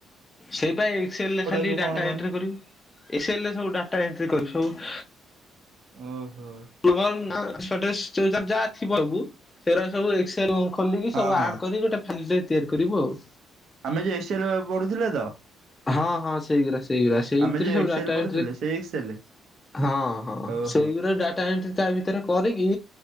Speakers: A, on the left; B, on the right.
A: ସେଇପା ଏକ୍ସଲରେ ଖାଲି
B: ସବୁ
A: ଡାଟା
B: କଣ କହନି
A: ଏଣ୍ଟ୍ରି କରିବୁ ଏକ୍ସଲରେ ସବୁ ଡାଟା ଏଣ୍ଟ୍ରି କରିବୁ ସବୁ
B: ଓ ହୋ।
A: <unintelligible> ନାଁ ଆଡ୍ରେସ ଫାଡ୍ରେସ ସେ ଯାହା ଥିବ ସବୁ ସେଗୁରା ସବୁ ଏକ୍ସେ ତେଣୁ ଖୋଲିକି
B: ହଁ
A: ସବୁ
B: ହଁ
A: ଆଡ୍ କରିକି ଗୋଟେ ଫାଇଲିଟେ ତିଆରି କରିବୁ ଆଉ।
B: ଆମେ ଯୋଉ ଏକ୍ସେଲ ଓ ପଢୁଥିଲେ ତ?
A: ହଁ ହଁ ସେଇଗୁରା ସେଇଗୁରା ସେଇଥିରେ
B: ଆମେ ଯେ
A: ସବୁ
B: ଏକ୍ସେଲ
A: ଡ଼ାଟା
B: ପଢୁଥିଲେ
A: ଏଣ୍ଟ୍ରି
B: ସେଇ ଏକ୍ସେଲ
A: ହଁ ହଁ
B: ଓହୋ
A: ସେଇଗୁ ଡାଟା ଏଣ୍ଟ୍ରି ତା ଭିତରେ କରିକି